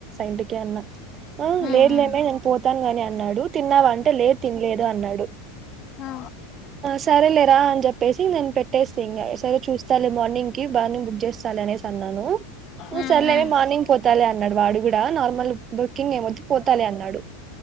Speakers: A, on the right; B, on the left.
A: ఇంటికి అన్న
B: ఉమ్
A: లేదులెమ్
B: ఉమ్
A: నిన్ పోత్ తం గాని అన్నాడు తిన్నావ అంటే లేదు తినలేదు అన్నాడు
B: ఆ
A: సరేలేరా అని చెప్పేసి నేను పెట్టేస్తే ఇంగ సరే చూస్తా లే మార్నింగ్ కి మార్నిగ్ బుక్ చేస్తాలే అనేసాన్నాను
B: ఉమ్
A: సర్లే
B: ఉమ్
A: వే మార్నింగ్ పోతాలే అన్నాడు వాడు కూడా నార్మల్ బర్కింగ్ ఏమొద్దు పోతాలే అన్నాడు